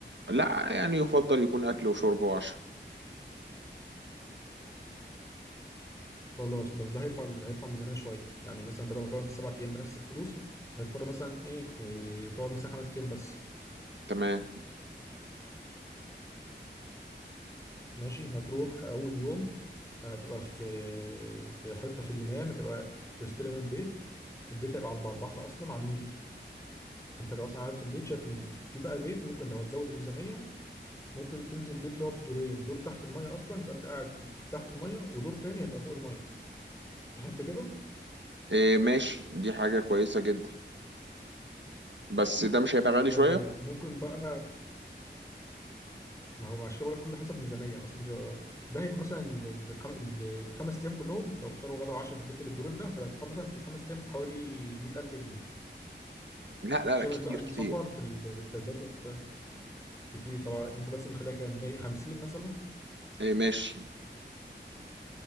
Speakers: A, on the right; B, on the left.
A: لا يعني يفضل يكون أكل وشرب وعشاء
B: خلاص بس ده هيرفع هيرفع الميزانيه شويه يعني مثلا بدل ما تقعد سبع ايام بنفس الفلوس هتضطر مثلا ايه, إيه تقعد مثلا خمس ايام بس
A: تمام
B: ماشي هتروح اول يوم هتبقى في في حته في اليونان هتبقى تستلم البيت البيت هيبقى على على البحر اصلا على النيل انت لو اصلا قاعد في البيت شايف النيل في بقى بيت ممكن لو هتزود الميزانيه ممكن تنزل بيت اللي هو بدورين دور تحت الميه اصلا يبقى انت قاعد تحت الميه ودور تاني هيبقى فوق الميه تحب كده
A: إيه ماشي دي حاجة كويسة جدا بس ده مش هيبقى غالي
B: تمام
A: شوية
B: ممكن بقى ما هو عشان كده بقولك كله حسب ميزانيه مثلا ده ده هيبقى مثلا ال- الخم... ال- الخمس ايام كلهم لو فطار وغدا وعشاء في البيت اللي بدورين ده هتبقى هتدفع مثلا في الخمس ايام حوالي 100000 جنيه
A: لا لا
B: شامل
A: لا كتير
B: بقى السفر
A: كتير
B: بال... بالتذاكر ده كتير طبعا انت مثلا خليها كام 100 50 مثلا
A: إيه ماشي